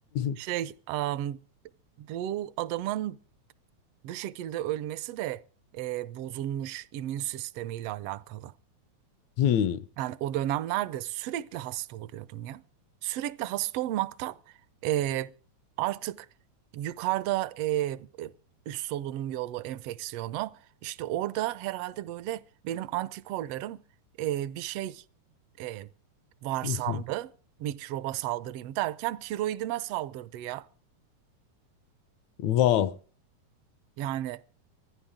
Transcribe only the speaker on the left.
<laughs>
Hmm.
<laughs>
Wow.